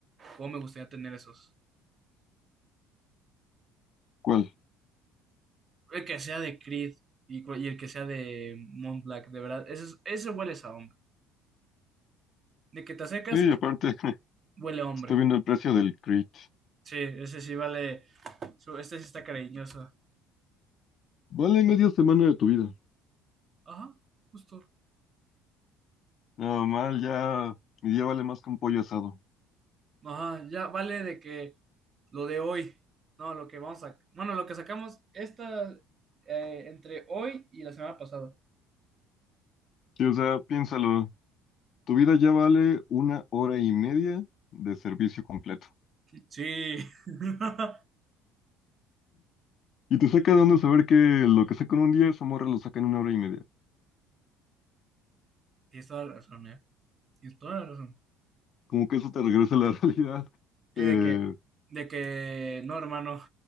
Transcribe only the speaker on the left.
¿Cuál?
Sí, aparte, <laughs>
estoy viendo el precio del crit.
Vale media semana de tu vida.
No, mal, ya... Mi día vale más que un pollo asado.
Sí, o sea, piénsalo, tu vida ya vale una hora y media de servicio completo.
Y te saca de onda saber que lo que saca en un día, esa morra lo saca en una hora y media.
Como que eso te regresa a la <laughs> realidad.
Eh,